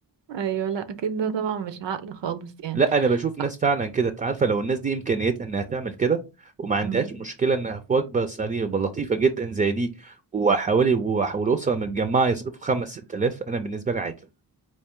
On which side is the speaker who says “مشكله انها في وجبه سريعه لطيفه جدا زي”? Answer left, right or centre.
Right